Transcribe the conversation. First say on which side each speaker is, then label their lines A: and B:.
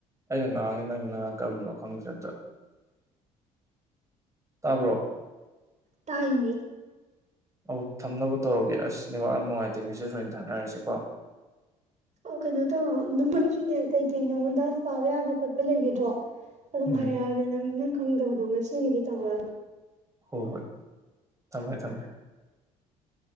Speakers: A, on the right; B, on the right.
A: ꯑꯩꯅ ꯉꯥꯡꯉꯦ ꯅꯪ ꯉꯥꯡ ꯀꯔꯝꯕꯅꯣ ꯈꯪꯗ꯭ꯔꯦ ꯑꯝꯇ ꯇꯕ꯭ꯔꯣ
B: ꯇꯥꯏꯃꯤ
A: ꯑꯧ ꯊꯝꯅꯕ ꯇꯧꯔꯒꯦ ꯑꯁ ꯅꯦꯋꯥꯛ ꯌꯥꯝ ꯅꯨꯡꯉꯥꯏꯇꯦ ꯃꯦꯁꯦꯁ ꯑꯣꯏꯅ ꯊꯥꯅꯔꯁꯤꯀꯣ
B: ꯑꯣ ꯀꯩꯅꯣ ꯇꯧꯔꯣ ꯑꯗꯨꯝ ꯑꯩꯩꯁꯨꯅꯦ ꯀꯩꯀꯩ ꯅꯉꯣꯟꯗ ꯄꯥꯕ ꯌꯥꯕ ꯈꯣꯠꯄ ꯂꯩꯒꯦꯗꯣ ꯑꯗꯨꯝ
A: ꯎꯝ
B: ꯍꯥꯏꯔꯛꯑꯒꯦ ꯅꯪ ꯅꯪ ꯈꯪꯗꯕꯗꯣ ꯉꯁꯤꯒꯤꯗꯤ ꯇꯧꯔꯛꯑꯅꯨ
A: ꯍꯣ ꯍꯣꯏ ꯊꯝꯃꯦ ꯊꯝꯃꯦ